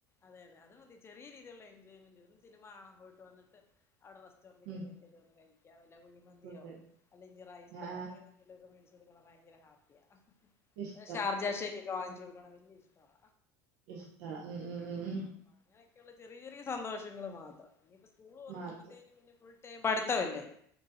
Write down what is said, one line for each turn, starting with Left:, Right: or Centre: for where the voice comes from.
Left: അതെ അതെ അത് മതി ചെറിയ രീതിയിള്ള എൻജോയ്മെന്റ് ഒന്ന് സിനിമ കാണാൻ പോയിട്ട് വന്നിട്ട് അവിടെ റെസ്റ്റോറെന്റിൽ
Right: ഉം
Left: കേറി എന്തേലും ഒന്ന് കഴിക്കുക വല്ല കുഴിമന്തിയോ
Right: കൂട്ടുകാര്
Left: അല്ലെങ്കിൽ റൈസോ
Right: ആ
Left: അങ്ങ എന്തേലുമൊക്കെ മേടിച്ച് കൊടുക്കണ ഭയങ്കര ഹാപ്പിയാ
Right: ഇഷ്
Left: ചാർജാ ഷേക്കൊക്കെ വാങ്ങിച്ച് കൊടുക്കണെ വല്ല്യ ഇഷ്ടവാ
Right: ഇഷ്ടവാ ഉം ഉം ഉം
Left: അങ്ങനൊക്കെയുള്ള ചെറിയ, ചെറിയ സന്തോങ്ങങ്ങള് മാത്രം ഇനിയിപ്പോ സ്കൂള്ൾ തൊർക്കുമ്പഴ്‌ത്തേന്
Right: മാത്രം
Left: പിന്നെ ഫുള്ള് ടൈം പഠിത്തവല്ലെ